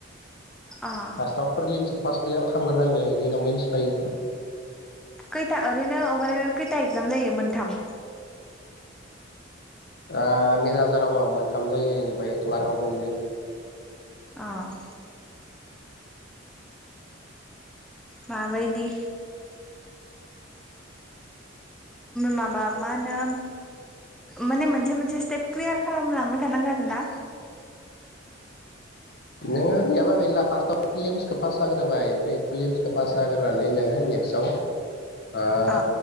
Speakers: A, in the centre; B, on the left (about 55°).
A: आ
B: स्टाबफोरमसखौ पासआव खालामग्रोनांगो बेनि उनाव मोनन्थिफायो।
A: खैथा ओरैनो अभारअल खैथा एक्जाम जायो मोनथाम
B: आ मेनेजाराव मा मोनथाम जायो इनिफाय क्लार्कआव मोनै
A: आं माबायदि माबा मा होनो माने मोनसे मोनसे स्टेप क्लियार खालामलांबाय थानांगोन आरो ना
B: नोङो गैयाबा गैला फार्स्टआव फिलिम्सखौ पास जाग्रोबाय फिलिम्सखौ पास जाग्रोनानै नोङो नेक्स्टआव आ
A: आ